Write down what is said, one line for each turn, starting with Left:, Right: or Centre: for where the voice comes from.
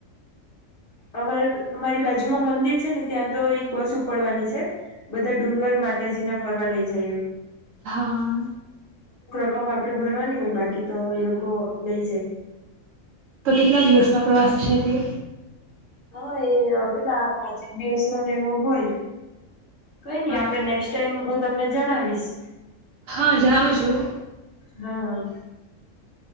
Left: અમારે અમારી બાજુમાં મંદિર છેને. ત્યાં તો એક બસ ઉપડવાની છે બધા ડુંગર માતાજી ના ફરવા લઈ. જેું.
Right: હા.
Left: રકમ આપડે ભરવાની હોય બાકી તો એ લોકો લઈ જાય.
Right: તો કેટલા દિવસનો પ્રવાસ છે. તે.
Left: હા એગલા પાંચેક દિવસ નોનેવો હોય. કઈ નઈ
Right: હા
Left: આપણે નેક્સ્ટ ટાઈમ. તમને જણાવીશ.
Right: હા જણાવીશ હું.
Left: હ.